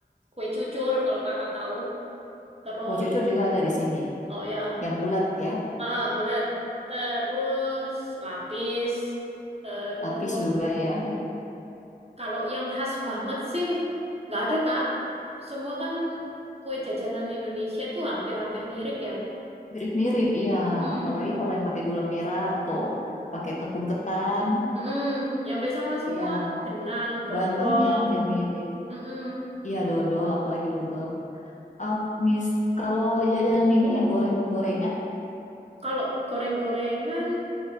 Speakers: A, on the right; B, on the left.
A: kue cucur kalau kakak tahu. Terus,
B: Kue cucur juga ada di sini.
A: oh ya,
B: Yang bulat ya,
A: ah, bulat. Terus lapis. Terus,
B: lapis juga ya ada.
A: kalau yang khas banget sih, nggak ada, Kak. Semua kan kue jajanan Indonesia tuh hampir-hampir mirip ya.
B: Mirip-mirip, iya.
A: Hmm.
B: Apalagi kalau yang pakai gula merah atau pakai tepung ketan,
A: Mm-mm. Ya, hampir sama semua.
B: ya.
A: Jenang, dodol.
B: Bahan-bahannya hampir mirip.
A: Mm-mm.
B: Iya, dodol, apalagi dodol. Ah, mis, kalau jajanan ini yang goreng-gorengan,
A: Kalau goreng-gorengan,